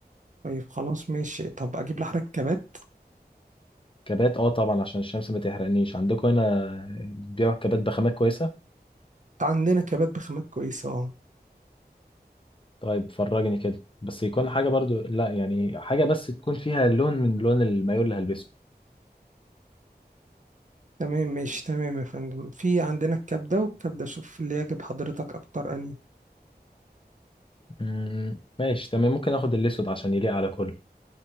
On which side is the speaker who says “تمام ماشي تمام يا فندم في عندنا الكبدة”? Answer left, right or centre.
Right